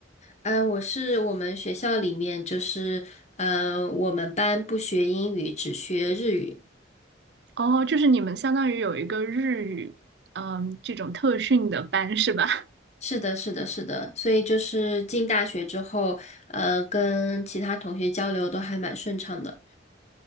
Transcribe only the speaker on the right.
哦，就是你们相当于有一个日语，嗯，这种特训的班是吧？